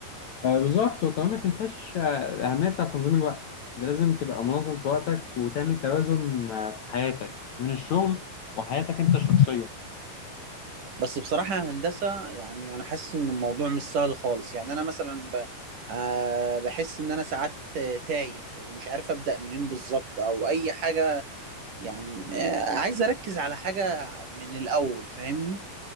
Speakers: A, on the left; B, on the right.
A: آه، بالظبط وكمان ما تنساش آه، الاهميه بتاع تنظيم الوقت ده لازم تبقى منظم في وقتك وتعمل توازن آه، في حياتك بين الشغل وحياتك انت الشخصيه
B: بس بصراحة يا هندسة يعني أنا حاسس إن الموضوع مش سهل خالص يعني أنا مثلا ب... آه بحس إن أنا ساعات آه، تايه ومش عارف أبدأ منين بالظبط أو أي حاجة يعني آه عايز أركز على حاجة من الأول فاهمني